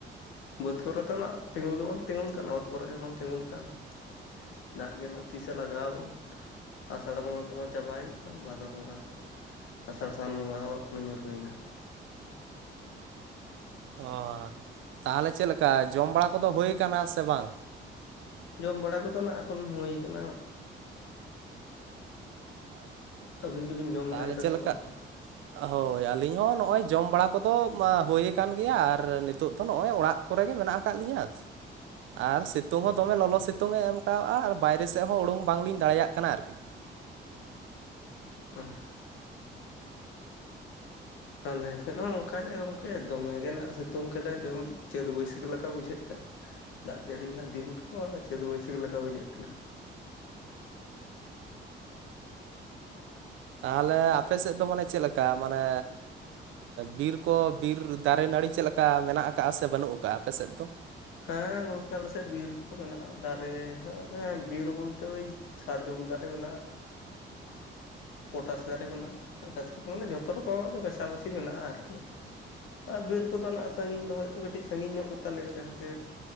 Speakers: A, on the left (about 85°); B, on the right (about 80°).
A: ᱵᱟᱹᱫᱽ ᱠᱚᱨᱮ ᱫᱚ ᱱᱟᱜ ᱛᱤᱸᱜᱳ ᱜᱮᱵᱟᱝ ᱛᱤᱸᱜᱳᱱ ᱠᱟᱱᱟ ᱚᱨ ᱠᱚᱨᱮ ᱦᱚᱸᱵᱟᱝ ᱛᱤᱸᱜᱳᱱ ᱠᱟᱱᱟ ᱾ ᱠᱟᱱ ᱫᱟᱜ ᱜᱮ ᱚᱱᱟ ᱛᱤᱥᱮ ᱞᱟᱜᱟᱣ ᱟᱵᱚᱱ ᱟᱥᱟᱲ ᱵᱚᱸᱜᱟ ᱛᱚᱢᱟ ᱪᱟᱵᱟᱭᱮᱱ ᱾ ᱵᱷᱟᱫᱚᱨ ᱵᱚᱸᱜᱟ ᱟᱥᱟᱲ ᱥᱟᱱ ᱵᱚᱸᱜᱟ ᱦᱚᱸ ᱮᱠᱷᱚᱱᱳ ᱧᱩᱨ ᱦᱩᱭᱮᱱᱟ᱾
B: ᱚᱻ ᱛᱟᱦᱚᱞᱮ ᱪᱮᱫ ᱞᱮᱠᱟ ᱡᱚᱢ ᱵᱟᱲᱟ ᱠᱚ ᱫᱚ ᱦᱳᱭ ᱠᱟᱱᱟ ᱥᱮ ᱵᱟᱝ?
A: ᱡᱚᱢ ᱵᱟᱲᱟ ᱠᱚ ᱫᱚ ᱱᱟᱜ ᱮᱠᱷᱚᱱ ᱦᱳᱭ ᱟᱠᱟᱱᱟ ᱾
B: <unintelligible>
A: ᱟᱹᱵᱤᱱ ᱜᱤᱵᱤᱱ ᱡᱚᱢ
B: ᱛᱟᱦᱚᱞᱮ
A: ᱵᱟᱲᱟ ᱠᱮᱫᱟ
B: ᱪᱮᱫ
A: ᱥᱮ
B: ᱞᱮᱠᱟ
A: ᱵᱟᱝ ᱚᱠᱷᱚᱱ?
B: ᱦᱳᱭ ᱟᱹᱞᱤᱧ ᱦᱚᱸ ᱱᱚᱜᱼᱚᱭ ᱡᱚᱢ ᱵᱟᱲᱟ ᱠᱚᱫᱚ ᱦᱦᱳᱭ ᱟᱠᱟᱱ ᱜᱮᱭᱟ ᱟᱨ ᱱᱤᱛᱳᱜ ᱫᱚ ᱱᱚᱜᱼᱚᱭ ᱚᱲᱟᱜ ᱠᱚᱨᱮ ᱜᱮ ᱢᱮᱱᱟᱜ ᱟᱠᱟᱫ ᱞᱤᱧᱟᱹᱥ᱾ ᱟᱨ ᱥᱮᱛᱳᱝ ᱦᱚᱸ ᱫᱚᱢᱮ ᱞᱚᱞᱚ ᱥᱮᱛᱳᱝ ᱮ ᱮᱢ ᱠᱟᱜᱼᱟ ᱟᱨ ᱵᱟᱭᱨᱮ ᱥᱮᱫ ᱦᱚᱸ ᱳᱲᱳᱝ ᱵᱟᱝᱞᱤᱧ ᱫᱟᱲᱮᱭᱟᱜ ᱠᱟᱱᱟ ᱟᱨᱠᱤ ᱾
A: <unintelligible> ᱟᱞᱮ ᱥᱮᱫ ᱦᱚᱸ ᱚᱝᱠᱟᱜᱮ ᱜᱚᱢᱠᱮ ᱫᱚᱢᱮ ᱱᱟᱜ ᱥᱮᱛᱳᱝ ᱠᱮᱫᱟᱭ ᱡᱮᱢ ᱪᱟᱹᱛ ᱵᱟᱹᱭᱥᱟᱹᱠᱷ ᱞᱮᱠᱟ ᱵᱩᱡᱷᱟᱹᱜ ᱠᱟᱱ ᱾ ᱫᱟᱜ ᱡᱟᱹᱲᱤ ᱨᱮᱱᱟᱜ ᱫᱤᱱ ᱦᱚᱸ ᱪᱟᱹᱛ ᱵᱟᱹᱭᱥᱟᱹᱠᱷ ᱞᱮᱠᱟ ᱵᱩᱡᱷᱟᱹᱜ ᱠᱟᱱᱟ᱾
B: ᱛᱟᱦᱚᱞᱮ ᱟᱯᱮ ᱥᱮᱫ ᱫᱚ ᱢᱟᱱᱮ ᱪᱮᱫ ᱞᱮᱠᱟ ᱢᱟᱱᱮ ᱵᱤᱨ ᱠᱚ ᱵᱤᱨ ᱫᱟᱨᱮ ᱱᱟᱹᱲᱤ ᱪᱮᱫ ᱞᱮᱠᱟ? ᱠᱟ ᱢᱮᱱᱟᱜ ᱟᱠᱟᱫᱼᱟ ᱥᱮ ᱵᱟᱹᱱᱩᱜ ᱟᱠᱟᱫᱼᱟ ᱟᱯᱮᱥᱮᱫ ᱫᱚ?
A: ᱦᱮᱸ ᱜᱚᱢᱠᱮ ᱟᱞᱮ ᱥᱮᱫ ᱵᱤᱨ ᱠᱚ ᱢᱮᱱᱟᱜᱼᱟ ᱫᱟᱨᱮ ᱦᱚᱸ ᱦᱮᱸ ᱵᱤᱨ ᱵᱳᱞᱛᱮ ᱳᱭ, ᱥᱟᱨᱡᱚᱢ ᱫᱟᱨᱮ ᱢᱮᱱᱟᱜᱼᱟ᱾ ᱯᱚᱴᱟᱥ ᱫᱟᱨᱮ ᱢᱮᱱᱟᱜᱼᱟ ᱟᱠᱟᱥᱯᱟᱱᱤ ᱢᱟᱱᱮ ᱡᱚᱛᱚ ᱨᱚᱠᱚᱢᱟᱜ ᱜᱮ ᱢᱮᱥᱟᱢᱤᱥᱤ ᱢᱮᱱᱟᱜᱼᱟ ᱟᱨᱠᱤ ᱾ ᱟᱨ ᱵᱤᱨ ᱠᱚ ᱫᱚ ᱦᱟᱸᱜ ᱥᱟᱺᱜᱤᱧ ᱫᱚ ᱦᱳᱭᱛᱳ ᱠᱟᱹᱴᱤᱡ ᱥᱟᱺᱜᱤᱧ ᱧᱚᱜ ᱜᱮᱛᱟ ᱞᱮᱭᱟ ᱡᱟᱦᱟᱸᱜᱮ